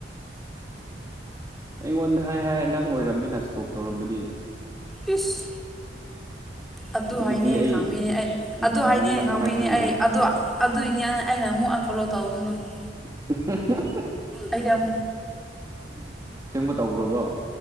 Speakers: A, on the right; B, in the centre.
A: ꯑꯩꯉꯣꯟꯗ ꯍꯥꯏ ꯍꯥꯏꯂ ꯅꯪ ꯑꯣꯏꯔꯝꯃꯦꯅ ꯏꯁꯇꯣꯛ ꯇꯧꯔꯝꯕꯗꯤ
B: ꯏꯁ ꯑꯗꯨ
A: ꯑꯗꯨꯗꯤ
B: ꯍꯥꯏꯅꯦ
A: ꯑꯩ
B: ꯈꯪꯕꯤꯅꯦ ꯑꯩ
A: ꯑꯗꯨꯗꯤ
B: ꯑꯗꯨ ꯍꯥꯏꯅꯦ
A: ꯅꯪ
B: ꯈꯪꯕꯤꯅꯦ
A: ꯀꯃꯥꯏꯅ ꯈꯪꯉꯤꯕ
B: ꯑꯩ ꯑꯗꯣ ꯑꯗꯨꯏꯅꯦ ꯑꯩꯅ ꯑꯃꯨꯛ ꯑꯟꯐꯣꯂꯣ ꯇꯧꯗꯣ ꯅꯪꯕꯣ
A: <inaudible>
B: ꯑꯩꯗꯤ ꯑꯝ
A: ꯎꯝ ꯁꯦꯡꯕ ꯇꯧꯈ꯭ꯔꯕꯣ